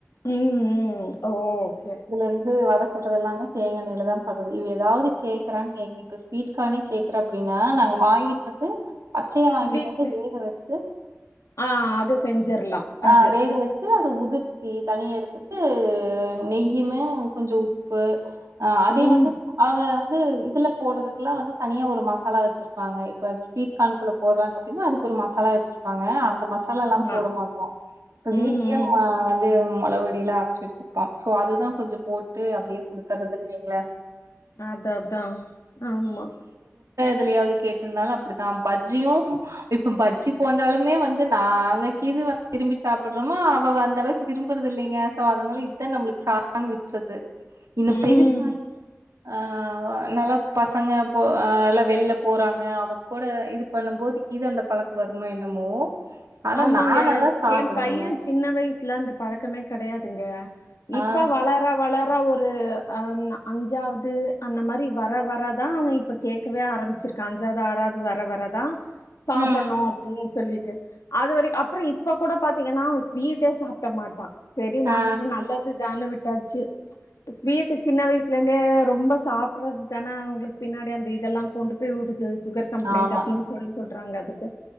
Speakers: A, on the left; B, on the right.
A: ம் ம் ஓகே
B: வந்து வட சுடுறது எல்லாமே தேங்கா எண்ணெயில தான் பண்றது இது ஏதாவது கேக்குறான் இப்ப ஸ்வீட் கார்ன் கேக்குற அப்டின்னா நாங்க வாங்கிட்டு வந்து பச்சயா வாங்கிட்டு
A: வீட்ல
B: வந்து வேக வச்சு
A: ஆ அது செஞ்சிர்லா அது
B: ஆ வேக வச்சு அத உது த்து தனியா எடுத்துட்டு நெய் யுமே கொஞ்சம் உப்பு ஆ அது
A: ம்
B: வந்து அவங்க ளே இதுல போடுறதுக்குல்லாம் வந்து தனியா ஒரு மசாலா வச்சிருப்பாங்க இப்ப ஸ்வீட் கார்னுக்குள்ள போடுறாங்க அப்டின்னா அதுக்கு ஒரு மசாலா வச்சிருப்பாங்க அந்த மசால எல்லாம்
A: ஆமா
B: போட மாட்டோம் இப்ப வீட்லயே
A: ம் ம்
B: நா வந்து மொளபொடியலாம் அரைச்சி வச்சிருப்போம் சோ அது தான் கொஞ்சம் போட்டு அப்டியே குடுத்தறது நீங்கள
A: அதான் அதான் ஆமா
B: துலயாவது கேட்டிருந்தாலும் அப்டித்தான் பஜ்ஜியும் இப்ப பஜ்ஜி போட்டாலுமே வந்து நான நாங்க கீது விரும்பி சாப்டுறோமோ அவ வந்த அளவுக்கு விரும்புறது இல்லங்க சாதமோ இத்த நம்மளுக்கு நான் விற்றது நீ
A: ம்
B: பெருசாயி ஆ நல்லா பசங்க போ எல்லாம் வெளியில போறாங்க அவ கூட இது பண்ணும்போது கீது அந்த பழக்க வருமோ என்னமோ ஆனா
A: ஆமாங்க
B: நா நல்லா
A: சே
B: சாப்பிடுவேங்க.
A: என் பையன் சின்ன வயசுல அந்த பழக்கமே கெடையாதுங்க
B: ஆ
A: இப்ப வளர வளர ஒரு அ அஞ்சாவது அந்த மாரி வர வரதான் அவன் இப்ப கேட்கவே ஆரம்பிச்சிருக்கான் அஞ்சாவது ஆறாவது வர வரதான் சாப்டணும்
B: ம் ம்
A: அப்டின்னு சொல்லிட்டு அது வரைக் அப்பறம் இப்ப கூட பாத்தீங்கன்னா அவன் ஸ்வீட்டே சாப்ட மாட்டான் சரி நாங்களும்
B: ஆ
A: நல்லது தான்னு விட் டாச்சு ஸ்வீட் சின்ன வயசுல இருந்தே ரொம்ப சாப்டுறது தானே அவுங்களுக்கு பின்னாடி அந்த இதெல்லாம் கொண்டு போய் உடுது சுகர் கம்ப்ளைண்ட்
B: ஆமா.
A: அப்டின்னு சொல்லி சொல்றாங்க அது